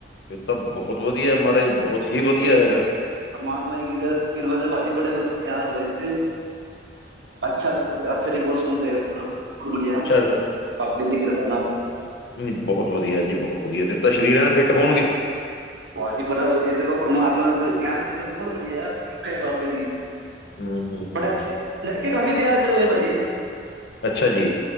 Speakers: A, on the left; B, on the right.
A: ਫੇਰ ਤਾਂ ਬਹੋਤ ਵਦੀਆ ਮਹਾਰਾਜ ਬਹੋਤ ਹੀ ਵਦੀਆ ਹੈਗਾ।
B: ਪਰਮਾਤਮਾ ਦੀ ਕਿਰ ਕਿਰਪਾ ਨਾਲ ਭਾਜੀ ਬੜੇ ਬੱਚੇ ਤਿਆਰ ਹੋਏ ਸੀਗੇ। ਅੱਛਾ ਜੀ ਅੱਛਾ ਜੀ ਬੋਤ ਸੋਨਾ ਸਵੇਰੇ ਪੂਰਾ ਬੋਤ ਵਦੀਆ
A: ਅੱਛਾ
B: ਪਾਬੀ ਦੀ ਕਿਰਪਾ ਨਾਲ।
A: ਨਈਂ ਬਹੋਤ ਵਦੀਆ ਜੀ, ਬਹੋਤ ਵਦੀਆ ਜੀ ਫੇਰ ਤਾਂ ਸਰੀਰ ਐਨ ਫਿਟ ਹੋਨਗੇ।
B: ਭਾਜੀ ਬੜਾ ਵਦੀਆ, ਚਲੋ ਪਰਮਾਤਮਾ ਦਾ ਗੈਨਾ ਤਾਂ ਬਹੋਤ ਵਦੀਆ ਕਿਰਪਾ ਏ ਬਾਬੇ ਦੀ।
A: ਹਮ, ਹਮ, ਹਮ,
B: ਬੜਾ ਅੱਛੇ
A: ਹਮ।
B: ਲੜਕੇ ਕਾਫੀ ਤਿਆਰ ਕਰੇ ਹੋਏ ਭਾਜੀ।
A: ਅੱਛਾ ਜੀ,